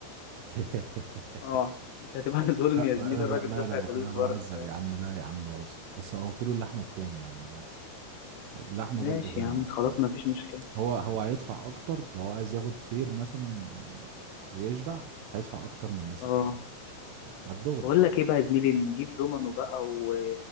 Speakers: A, on the right (about 80°); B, on the left (about 70°).
A: <laughs>
B: اه مش هتبقى <laughs> ظلم
A: لا
B: يا زميلي
A: انا ب...
B: الراجل
A: لا
B: دافع
A: لا
B: فلوس
A: انا
B: برضه
A: بهزر
B: فاهم
A: يا عم لا يا عم بهزر بس هو كيلو اللحمه بكام يا عم لا اللحمه
B: ماشي
A: برضو غاليه
B: يا عم
A: يا اسطى
B: خلاص مفيش مشكلة
A: هو هو هيدفع اكتر لو هو عايز ياخد فير مثلا ويشبع هيدفع اكتر من الناس
B: اه
A: التانية على الدوري
B: بقول لك ايه بقى يا زميلي نجيب دومينو بقى و...